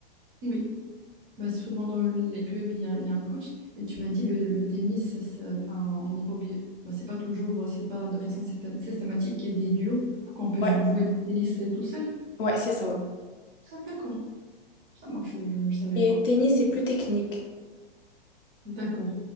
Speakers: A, on the right (about 55°); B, on the left (about 60°).
A: Oui, bah, souvent dans les clubs, il y a, il y a un coach, mais tu m'as dit le, le tennis, ça- ça- enfin, on n'est pas obligé. Bah, c'est pas toujours, c'est pas de façon systém- systématique qu'il y a des duos pour qu'on peut
B: Ouais,
A: jouer le tennis tout seul.
B: ouais, c'est ça.
A: Ah, d'accord, ça marche, je ne savais
B: Et
A: pas.
B: tennis, c'est plus technique.
A: D'accord.